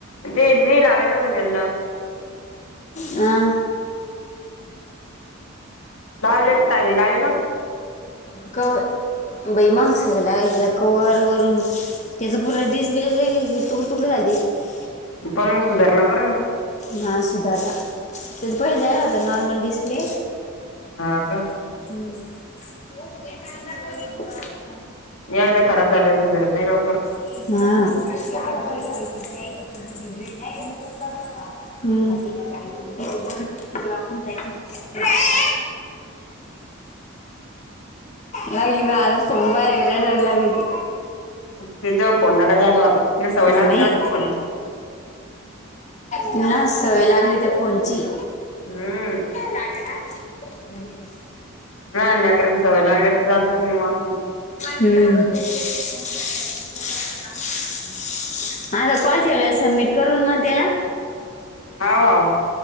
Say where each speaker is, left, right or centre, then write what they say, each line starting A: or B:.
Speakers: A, on the left (about 90°); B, on the left (about 35°).
A: तेेडि लाेलोत गलाऽ
B: हहा,
A: लावलेलं काही, लाववेल.
B: गऽ बाई मग सगळं, लाग कवर वरून, त्याचा पूण डिस्प्ले असऽ तुकडी तुकडी लादी तीऽ
A: पण मग सुधारला बरं ना!
B: हा सुधारला, त्याच पहि जायला होत नॉर्मल डिस्प्ले.
A: हा का?
B: हम्म!
A: एकदा खराब झालेला सुधरत नाही लवकर.
B: हा! हम! <inaudible> लागली ग आरम फोंन बाएर रडाय लागली.
A: ते जवळ फोन नका द्यायचो आता. तिला सवय
B: हा
A: लागली
B: बई.
A: वाटतं फोनची.
B: ती ना सवय लागली त्या फोनची.
A: हम!
B: टाकणार लगेच.
A: लहान लेकराला सवय लागल्या तर जातच नाही मग आपण.
B: हम्म! <unintelligible> हाता कॉल ठेवला सबमिट करून मग त्याला? <inaudible>
A: हाव.